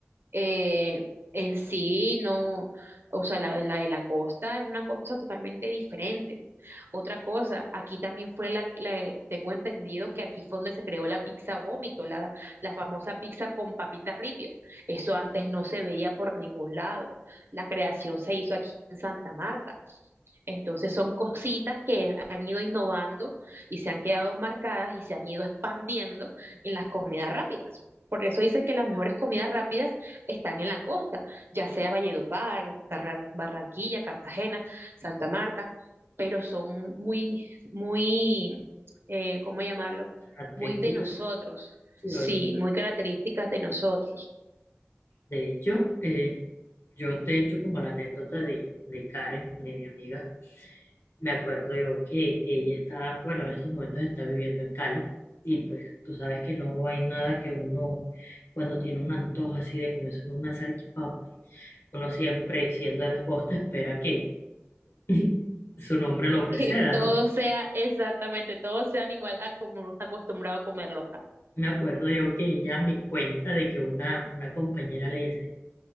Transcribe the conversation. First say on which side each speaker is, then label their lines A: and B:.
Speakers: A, on the right; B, on the left.
A: eh, en sí no, o sea, la, la de la costa es una cosa totalmente diferente. Otra cosa, aquí también fue la, la- tengo entendido que aquí fue donde se creó la pizza vómito, la, la famosa pizza con papita ripio. Eso antes no se veía por ningún lado. La creación se hizo aquí en Santa Marta. Entonces son cositas que han ido innovando y se han quedado marcadas y se han ido expandiendo en las comidas rápidas. Por eso dicen que las mejores comidas rápidas están en la costa, ya sea Valledupar, Carra- Barranquilla, Cartagena, Santa Marta, pero son muy, muy, eh, ¿cómo llamarlo?
B: características.
A: Muy de nosotros,
B: Sí,
A: sí,
B: oye.
A: muy características de nosotros. <laughs>
B: De hecho, eh, Yo te he hecho como la anécdota de, de Karen, de mi amiga. Me acuerdo yo que ella está, bueno, en estos momentos está viviendo en Cali y pues tú sabes que no hay nada que uno, cuando tiene un antojo así de comerse una salchipapa, uno siempre, siendo de la costa, espera que <laughs> su nombre lo preceda,
A: Que todo
B: ¿no?
A: sea exactamente, todo sean igual a como uno está acostumbrado a comerlo acá.
B: Me acuerdo yo que ella me cuenta de que una, una compañera le dice,